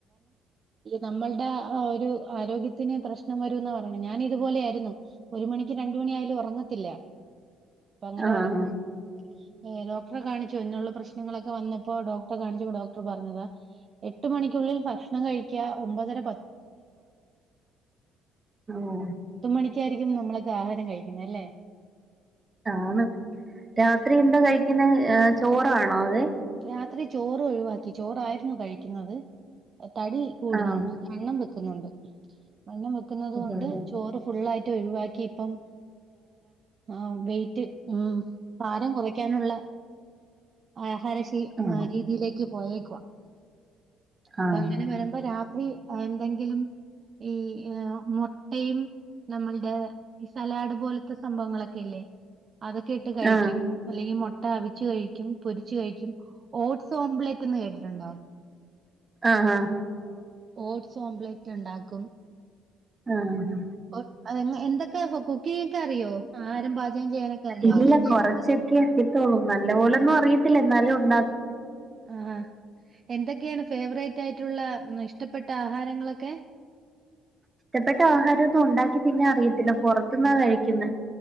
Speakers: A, on the right; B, on the right.
A: നമ്മളുടെ ഒരു ആരോഗ്യത്തിന് പ്രശ്നം വരുംന്ന പറയണ ഞാന് ഇതുപോലെ ആയിരുന്നു ഒരു മണിക്ക് രണ്ട് മണി ആയാലും ഉറങ്ങത്തില്ല അപ്പൊ അങ്ങനെ
B: ആ
A: വരുമ്പോ ഏ, ഡോക്ടറെ കാണിച്ചു എന്നുള്ള പ്രശ്നങ്ങളൊക്കെ വന്നപ്പോ ഡോക്ടറെ കാണിച്ചപ്പോ ഡോക്ടർ പറഞ്ഞതാ എട്ട് മണിക്കുള്ളിൽ ഭക്ഷ ഭക്ഷണം കഴിക്ക
B: ഓ
A: പത്ത് മണിക്കായിരിക്കും നമ്മൾക്ക് ആഹാരം കഴിക്കുന്ന അല്ലേ
B: ആണ് രാത്രി എന്തോ കഴിക്കുന്ന ചോറാണോ അതൊ
A: രാത്രി ചോറ് ഒഴിവാക്കി ചോറായിരുന്നു കഴിക്കുന്നത് തടി കൂടുന്നുണ്ട്
B: ആഹ്
A: വണ്ണം വെക്കുന്നുണ്ട് വണ്ണം വെക്കുന്നത് കൊണ്ട്
B: ഓഹോ
A: ചോറ് ഫുള്ളായിട്ട ഒഴിവാക്കി ഇപ്പം ആഹ് ഭാരം കുറയ്ക്കാനുള്ള ആഹാര
B: ഹോ
A: ആ രീതിയിലേക്ക് പോയേക്കുവാ അപ്പൊ
B: ആഹ്
A: അങ്ങനെ വരുമ്പോ രാത്രി എന്തെങ്കിലും ഈ മുട്ടയും നമ്മളുടെ സലാഡ് പോലത്തെ സംഭവങ്ങളൊക്കെല്ലേ അതൊക്കെ ഇട്ട് കഴിക്കും
B: ആഹ്
A: അല്ലെങ്കിൽ മുട്ട അവിച്ച്കഴിക്കും പൊരിച്ച കഴിക്കും ഓട്സ് ഓംലറ്റ്ന്ന് കേട്ടിട്ടുണ്ടോ
B: ആഹ് ആഹ് ആഹ്
A: ഓട്സ് ഓംലറ്റ് ഉണ്ടാക്കും
B: ആഹ്
A: ഓ- അതെങ്ങ- എന്തൊക്കെ കുക്കിംഗൊക്കെ അറിയോ ആഹാരം പാചകം ചെയ്യാനൊക്കെ അറിയാവോ
B: ഇല്ല കൊറച്ചൊക്കെ നല്ല പോലൊന്നും അറിയത്തില്ല എന്നാലും ഉണ്ടാക്കും
A: ആഹ് എന്തൊക്കെയാണ് ഫേവറേറ്റ് ആയിട്ടുള്ള ഇഷ്ടപ്പെട്ട ആഹാരങ്ങളൊക്കെ
B: ഇഷ്ടപ്പെട്ട ആഹാരംന്നും ഉണ്ടാക്കി തിന്നാൻ അറിയത്തില്ല പുറത്ത്ന്നാ കഴിക്കുന്നത്